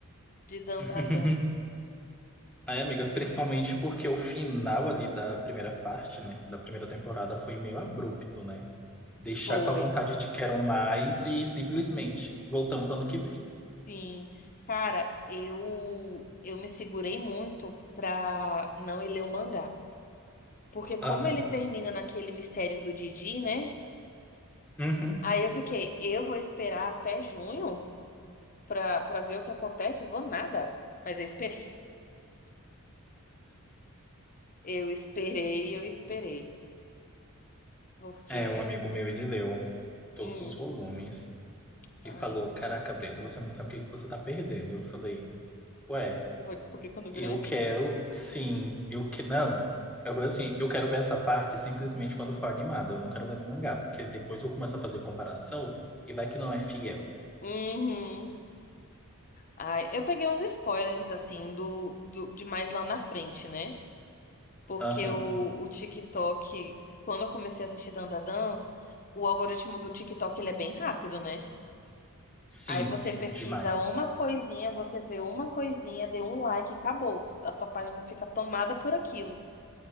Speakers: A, on the left; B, in the centre.
A: de Dandadan.
B: <laughs> Ai, amiga, principalmente porque o final ali da primeira parte, né? Da primeira temporada foi meio abrupto, né? Deixar
A: Foi.
B: com a vontade de quero mais e simplesmente voltamos ano que vem.
A: Sim. Cara, eu, eu me segurei muito pra não ir ler o mangá. Porque como
B: Aham.
A: ele termina naquele mistério do Didi, né?
B: Uhum.
A: Aí eu fiquei, eu vou esperar até junho? pra, pra ver o que acontece, vou nada. Mas eu esperei. Eu esperei, eu esperei. Porque.
B: É, um amigo meu, ele leu todos
A: Hum,
B: os volumes e
A: ai.
B: falou: Caraca, Brenda, você não sabe o que que você tá perdendo. Eu falei: Ué.
A: Vou descobrir quando virar
B: Eu
A: anime.
B: quero, sim. Eu que não. Eu falei assim, eu quero ver essa parte simplesmente quando for animada. Eu não quero ler no mangá, porque depois eu começo a fazer comparação e vai que não é fiel.
A: Uhum. Ai, eu peguei uns spoilers, assim, do, do, de mais lá na frente, né? Porque
B: Aham.
A: o, o TikTok, quando eu comecei a assistir Dandadan, o algoritmo do TikTok, ele é bem rápido, né?
B: Sim,
A: Aí você pesquisa
B: demais.
A: uma coisinha, você vê uma coisinha, deu um like, acabou. A tua página fica tomada por aquilo.